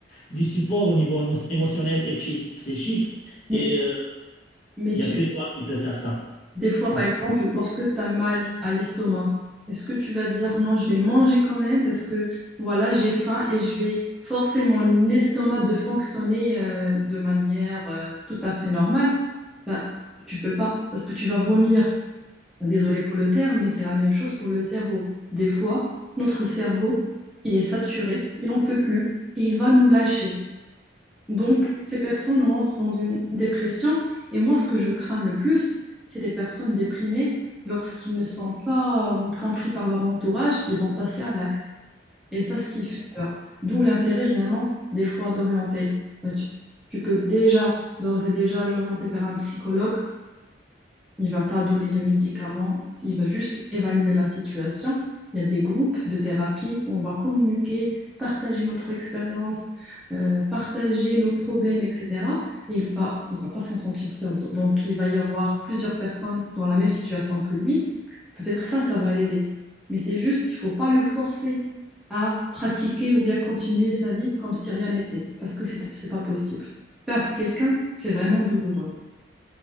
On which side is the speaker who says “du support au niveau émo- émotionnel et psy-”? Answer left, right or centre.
Left